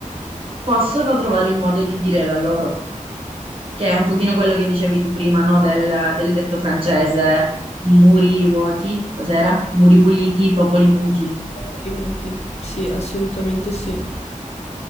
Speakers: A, on the right (about 40°); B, on the left (about 50°).
A: possono trovare il modo di dire la loro, che è un pochino quello che dicevi tu prima, no? Del, del detto francese, muri vuoti, cos'era? Muri puliti, popoli muti.
B: Dopo li muti. Sì, assolutamente sì.